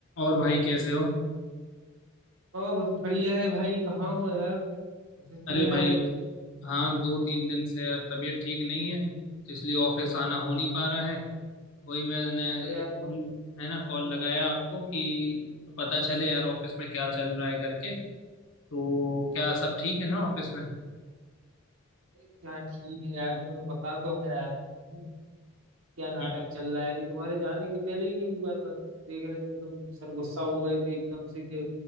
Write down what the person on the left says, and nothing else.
और भाई कैसे हो
अरे
भाई
हाँ दो तीन दिन से यार तबीयत ठीक नहीं है तो इसलिए ऑफिस आना हो नहीं पा रहा है वही मैंने
कॉल- है ना कॉल लगाया आपको कि पता चले यार ऑफिस में क्या चल रहा है करके तो क्या सब ठीक है ना ऑफिस में
हम्म।